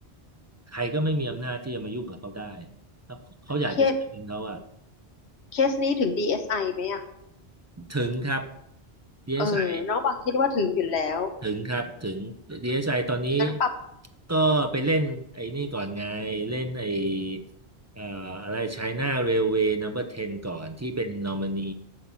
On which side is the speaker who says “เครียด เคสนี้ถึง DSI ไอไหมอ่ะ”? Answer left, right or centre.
Left